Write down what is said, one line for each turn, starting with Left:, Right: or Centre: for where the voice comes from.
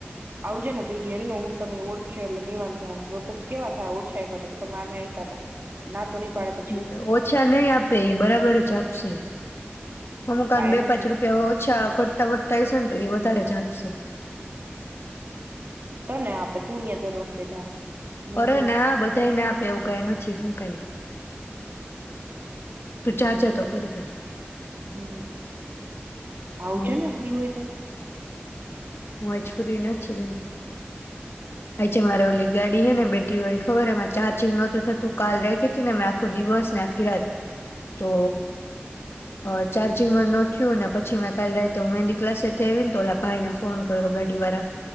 Right: આવજે ને ભેગી હાલને હું તને ઓળખે એટલે ની વાંધો આવે પછ કેવા થાય ઓછા આયપા તો કે તમે આને આયપાતા ના તો ની પાડે પછી
Left: લે ઓછા નહી આપે એ બરાબર જ આપ શે. અમુકાન
Right: આ એને
Left: બે પાંચ રૂપિયા ઓછા ઘટતા વટતા હૈસને તો એ બધ ત્યારે જ આપશે.
Right: તને આપે તું ન્યાં દર વખતે જાસ. હું
Left: અરે
Right: તો
Left: ના બધાય ના આપે એવું કઈ નથી. હું. કંઈ તું જાજેતો ખરે ભાઈ.
Right: હમ્મ
Left: હ.
Right: આવજેને ફ્રી હોય તો.
Left: વાયે છોડી ના જવાય. થાય છે મારે ઓલી ગાડી હે ને બેટરી વાળી ખબર એમા ચાર્જિંગ નહોતું થતું કાલ રાયખી તી ને મે આખો દિવસ ને આખી રાત તો અ ચાર્જિંગ નો થિયું ને પછી મે કાલ રાયતે હુ મેંદી ક્લાસે થી આયવીને તો ઓલા ભાઈને ફોન કયરો ગાડી વાળા